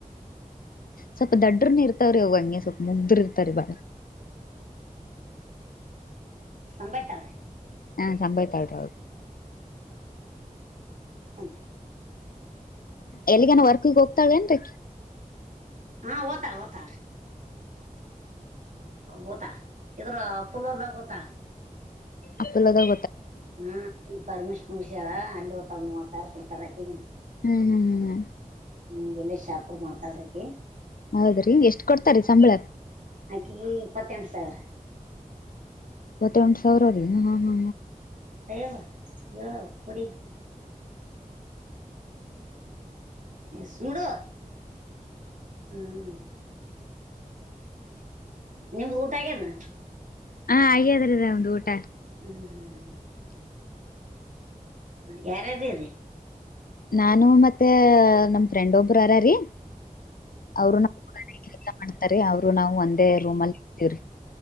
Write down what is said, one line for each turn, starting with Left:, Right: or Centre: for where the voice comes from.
Left: ಸ್ವಲ್ಪ ದಡ್ಡ್ರನ ಇರ್ತವ್ರಿ ಅವ ಹಂಗೆ ಸ್ವಲ್ಪ ಮುಗ್ದ್ರಿ ಇರ್ತಾರಿರಿ ಬಾಳ
Right: ಸಂಭಯ್ತಲ್್ರರಿ
Left: ಹಾ ಸಂಭವ ತಾಳರದು
Right: ತುಂಬ್ರಿ
Left: ಎಲ್ಲಿಗನ ವರ್ಕ್ಗೆ ಹೋಗ್ತಾಳೇಏನ್ರಿೀ
Right: ಹಾ ಓತಾ ಓತ ಗೊತ್ತಾ ಇದ್ರ ಪುಲದ ಗೊತ್ತಾ
Left: ಅಪ್ಪ್ದಲ್ಲದ
Right: ಹಾ ಈ ಪರಮೇಶ್ ಮುರ್ಷಾರ ಅಲ್ಲಿತ್ತ ಸಾರ ಕೊಡ್ತಾರಕ್ಕಗ
Left: ಹ್ಮ್ ಹ್ಮ್ ಹ್ಮ್ ಹ್ಮ
Right: ಹ ಎಲ್ಲೇ ಶಾಪ ಮಾಡ್ತಾಳ್ರಕಿ
Left: ಹೌದ್ರಿ ಎಷ್ಟ್ ಕೊಡ್ತಾರಾ ಸಂಬಳ
Right: ಆಕಿಗೆ ಇಪ್ಪತ್ತೆಂಟು ಸಾವಿರ
Left: ಇಪ್ಪತ್ತೆಂಟು ಸಾವಿರ ರೀ ಹಾ ಹಾ ಹಾ
Right: ಸಯವ ಹೇಳೋ ಕುಡಿ ಸುಡ ಹ್ಮ್ ನಿಮ್ದು ಊಟಾಗ್ಯನ
Left: ಹಾ ಅಯ್ಯದ್ರದ ಒಂದು್ ಊಟ
Right: ಹ್ಮ್್ಮ ಯಾರಾರಿ ರೀ
Left: ನಾನು ಮತ್ತೆ ನಮ್ ಫ್ರೆಂಡ್ ಒಬ್ಬರು ಅರಾರೀ ಅವರು ನ ಕೆಲ್ಸ ಮಾಡ್ತಾರ ಅವರು ನಾವು ಒಂದೇ ರೂಮಿನಲ್ಲಿಇತೀವ್ರಿ